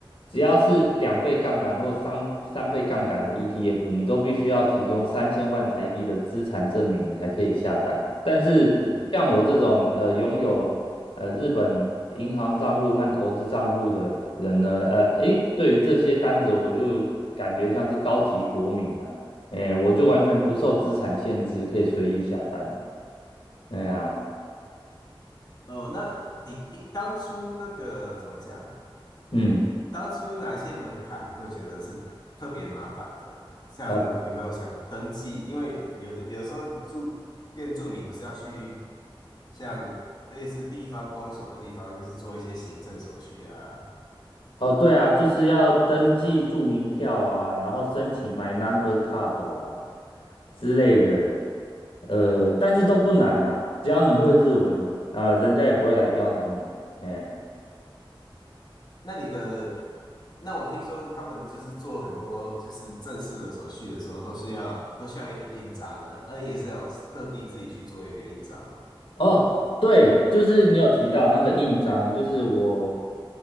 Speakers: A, on the left (about 80°); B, on the left (about 45°).
A: 只要是两倍杠杆或三三倍杠杆的 ETF，你都必须要提供三千万台币的资产证明，你才可以下单。但是像我这种呃拥有呃日本银行账户和投资账户的人呢，
B: 嗯嗯嗯。
A: 呃，诶，对于这些单子，我就感觉像是高级国民呐、啊诶，我就完全不受资产限制，可以随意下单。哎呀，
B: 哦，那你一当初那个怎么讲？
A: 嗯。
B: 当初哪些门槛你会觉得是特别麻烦的？像有没有想登记？
A: 呃
B: 因为有的有时候你住变住民不是要去像类似地方公所的地方，就是做一些行政手续啊。
A: 哦，对啊，就是要登记住民票啊，然后申请买 Number Card 啊之类的，呃，但是都不难呐，只要你会日文，啊、人家也不会来刁难你。哎、
B: 那你的，那我听说他们就是做很多就是正式的手续的时候，都是要都需要一个印章的。那你也是要特地自己去做一个印章吗？
A: 哦，对，就是你有提到那个印章，就是我